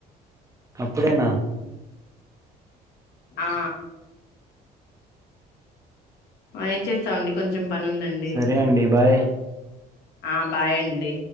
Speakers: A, on the right; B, on the left.
A: అప్పుడేనా
B: ఆ ఏం చేస్తామండి కొంచెం పని ఉందండి
A: సరే అండి బాయ్
B: ఆ బాయండి